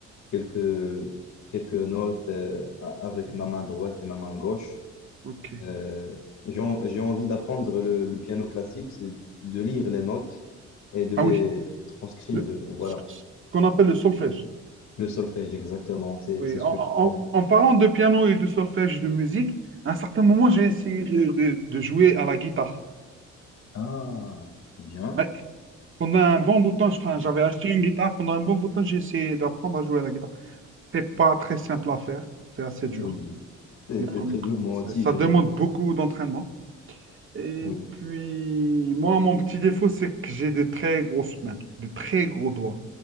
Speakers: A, on the left (about 65°); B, on the right (about 40°).
A: quelques, quelques notes euh, a- avec
B: Mhm.
A: ma main droite et ma main gauche.
B: Ok.
A: Euh, j'ai en- j'ai envie d'apprendre le, le piano classique, c'est de lire les notes et de les
B: Ah oui.
A: transcrire
B: le-
A: de, voilà,
B: ce qu'on appelle le solfège.
A: le solfège exactement, c'est
B: Oui,
A: c'est ce
B: en,
A: que j'apprends.
B: en- en parlant de piano et de solfège de musique, à un certain moment, j'ai essayé de, de- de jouer à la guitare.
A: Ah, c'est bien.
B: Ouais. Pendant un bon bout de temps, je- enfin, j'avais acheté une guitare. Pendant un bon bout de temps, j'ai essayé d'apprendre à jouer à la guitare. C'est pas très simple à faire. C'est assez dur.
A: Oui, c'est
B: Les premiers...
A: c'est très dur. Moi
B: ça,
A: aussi,
B: ça
A: j'ai
B: demande beaucoup d'entraînement. Et
A: Oui.
B: puis, moi, mon petit défaut, c'est que j'ai des très grosses mains, des très gros doigts.